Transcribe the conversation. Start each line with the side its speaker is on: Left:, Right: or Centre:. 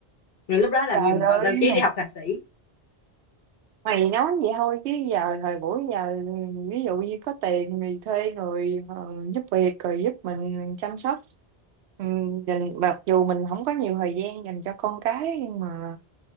Left: rồi lúc đó làm
Right: trời
Left: gì mình
Right: ơi
Left: còn tâm trí
Right: mày
Left: đi học thạc sĩ
Right: mày nói vậy thôi chứ giờ thời buổi giờ ví dụ như có tiền thì thuê người ờ, giúp việc rồi giúp mình chăm sóc Ừ, dành mặc dù mình không có nhiều thời gian dành cho con cái nhưng mà